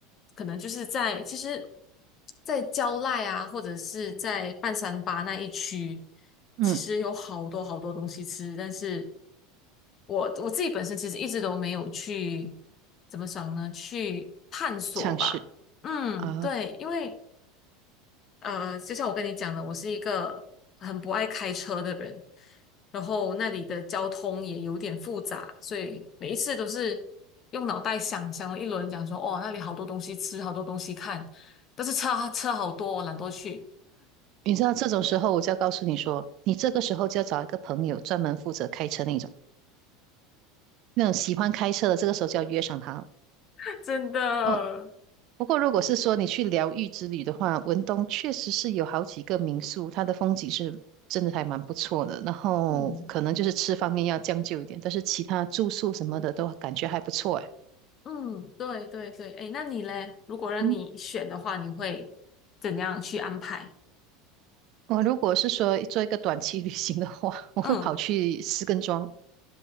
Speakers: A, on the left; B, on the right.
A: 可能就是在其实，在蕉赖啊，或者是在半山巴那一区，
B: 嗯，
A: 其实有好多好多东西吃，但是我我自己本身其实一直都没有去怎么想呢？去探索吧。
B: 尝是
A: 嗯，
B: 啊。
A: 对，因为呃，就像我跟你讲的，我是一个很不爱开车的人，然后那里的交通也有点复杂，所以每一次都是用脑袋想想了一轮，讲说哦，那里好多东西吃，好多东西看，但是车车好多，我懒得去。
B: 你知道这种时候，我就要告诉你说，你这个时候就要找一个朋友，专门负责开车那种，那种喜欢开车的，这个时候就要约上他了。
A: <laughs> 真的。
B: 哦不过，如果是说你去疗愈之旅的话，文东确实是有好几个民宿，它的风景是真的还蛮不错的。然后可能就是吃方面要将就一点，
A: 嗯
B: 但是其他住宿什么的都感觉还不错。诶，
A: 嗯，对对对，哎，那你嘞？如果让你选的话，
B: 嗯，
A: 你会怎样去安排？
B: 我如果是说做一个短期旅行的话，我会跑去石根庄。
A: 嗯，